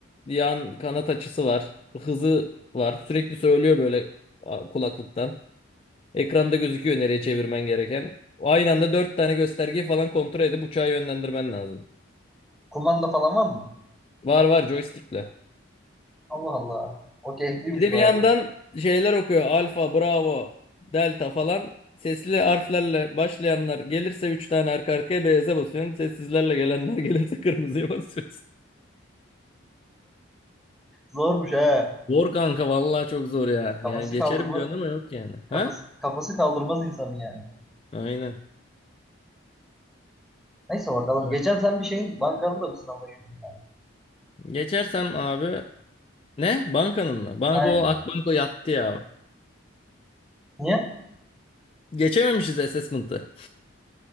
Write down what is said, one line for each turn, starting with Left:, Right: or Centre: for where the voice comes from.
Left: Yan kanat açısı var. Hızı var. Sürekli söylüyor böyle a, kulaklıktan. Ekranda gözüküyor nereye çevirmen gereken. Aynı anda dört tane göstergeyi falan kontrol edip uçağı yönlendirmen lazım.
Centre: kumanda falan var mı?
Left: Var var joystickle.
Centre: Allah Allah. O keyifliymiş
Left: Bir de
Centre: bayağı
Left: bir yandan
Centre: bu.
Left: şeyler okuyor. Alfa, Bravo, Delta falan. Sesli harflerle başlayanlar gelirse üç tane arka arkaya beyaza basıyorsun. Sessizlerle gelenler gelirse kırmızıya basıyorsun.
Centre: Zormuş he.
Left: Zor kanka vallahi çok zor ya.
Centre: Kafası
Left: Yani geçerim
Centre: kaldırmaz
Left: diyorsun ama yok yani.
Centre: kafası
Left: Ha?
Centre: kafası kaldırmaz insanın yani.
Left: Aynen.
Centre: Neyse bakalım.
Left: Evet.
Centre: Geçen sen bir şeyin bankanın da bir sınavına girdin.
Left: Geçersem abi ne? Bankanın mı? Banka
Centre: Hani
Left: o Akbanko yattı ya.
Centre: niye?
Left: Geçememişiz assessment'ı.